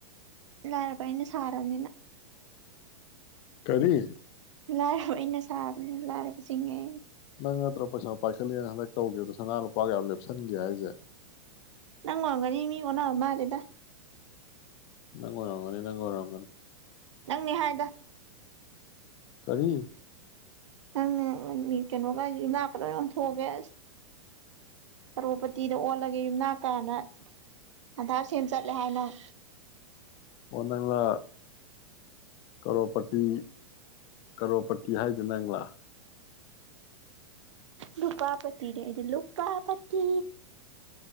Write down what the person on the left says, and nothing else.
ꯀꯔꯤ
ꯅꯪ ꯅꯠꯇ꯭ꯔꯣ ꯄꯩꯥꯁꯥ ꯄꯥꯏꯈꯠꯂꯛꯑꯦꯅ ꯍꯥꯟꯗꯥꯛ ꯇꯧꯒꯤꯕꯗꯣ ꯁꯅꯥ ꯂꯨꯄꯥ ꯌꯥꯝ ꯂꯦꯞꯁꯤꯟꯒꯤ ꯍꯥꯏꯁꯦ
ꯅꯪ ꯑꯣꯏꯔꯝꯒꯅꯤ ꯅꯪꯉ ꯑꯣꯏꯔꯝꯒꯅꯤ
ꯀꯔꯤ
ꯑꯣ ꯅꯪꯂ ꯀꯔꯣꯄꯇꯤ ꯀꯔꯣꯄꯇꯤ ꯍꯥꯏꯁꯤ ꯅꯪꯂꯥ